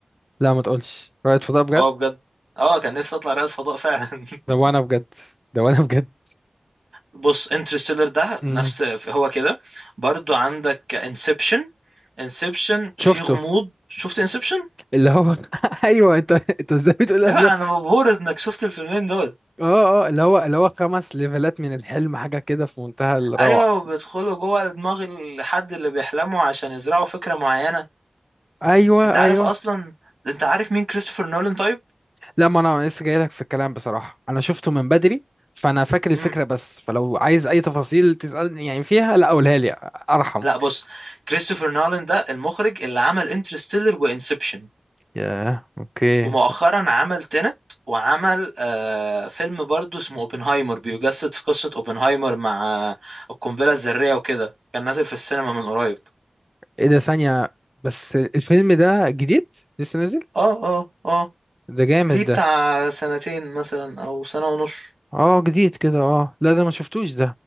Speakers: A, in the centre; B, on the right (about 70°).
A: لا ما تقولش رائد فضاء بجد
B: اه بجد اه كان نفسي اطلع رائد فضاء فعلا <laughs>
A: ده وانا بجد ده وانا بجد
B: بص انترستيلر ده
A: امم
B: نفس هو كده برضو عندك انسبشن انسبشن فيه
A: شفته
B: غموض شفت انسبشن
A: اللي هو <laughs> ايوه انت انت ازاي بتقول افلام
B: ايوه انا مبهور انك شفت الفيلمين دول
A: اه اه اللي هو اللي هو خمس ليفلات من الحلم حاجه كده في منتهى الروعه
B: ايوه وبيدخلوا جوه دماغ الحد اللي بيحلموا عشان يزرعوا فكرة معينة
A: ايوه
B: انت عارف
A: ايوه
B: اصلا انت عارف مين كريستوفر نولان طيب
A: لا ما انا لسه جاي لك في الكلام بصراحه انا شفته من بدري فانا فاكر الفكره
B: امم
A: بس فلو عايز اي تفاصيل تسالني يعني فيها لا قولها لي ارحم
B: لا بص كريستوفر نولان ده المخرج اللي عمل انترستيلر وانسبشن
A: ياه اوكي
B: ومؤخرا
A: طب
B: عمل تينت وعمل آه فيلم برضو اسمه اوبنهايمر بيجسد في قصة اوبنهايمر مع آه، القنبلة الذرية وكده كان نازل في السينما من قريب
A: ايه ده ثانيه بس الفيلم ده جديد لسه نازل
B: اه اه اه
A: ده جامد
B: ليه بتاع
A: ده
B: سنتين مثلا او سنة ونص
A: اه جديد كده اه لا ده ما شفتوش ده